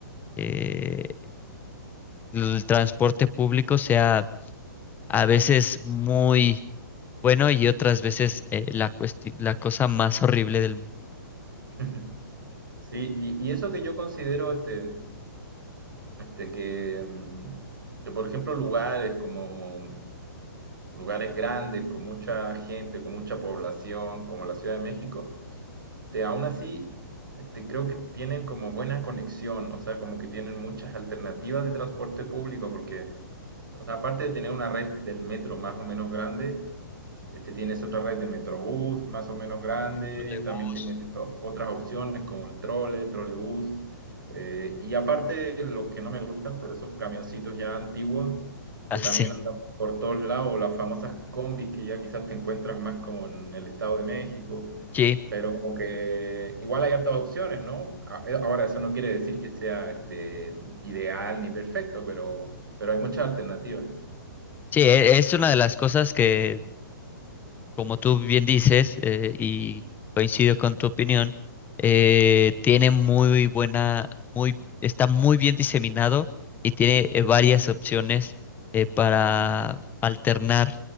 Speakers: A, on the left; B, on the right.
A: eh, el transporte público sea a veces muy bueno y otras veces eh, la cuesti- la cosa más horrible del mundo.
B: <laughs> Sí, y, y eso que yo considero este, Este, que, mm, que, por ejemplo, lugares como lugares grandes, con mucha gente, con mucha población, como la Ciudad de México, te, aún así este, creo que tienen como buena conexión, o sea, como que tienen muchas alternativas de transporte público, porque o sea, aparte de tener una red del metro más o menos grande, este, tienes otra red de Metrobús más o menos grande,
A: Trolebús.
B: también tienes esto- otras opciones como el trole, el trolebús. eh, y aparte, lo que no me gustan, pero esos camioncitos ya antiguos
A: Así.
B: que también andan por todos lados, o las famosas combis que ya quizás te encuentras más como en el Estado de México,
A: Sí,
B: pero como que igual hay hartas opciones, ¿no? A- eh, Ahora, eso no quiere decir que sea este, ideal ni perfecto, pero pero hay muchas alternativas.
A: sí, e- es una de las cosas que como tú bien dices, eh, y coincido con tu opinión, eh, tiene muy buena, muy, está muy bien diseminado y tiene eh, varias opciones eh, para alternar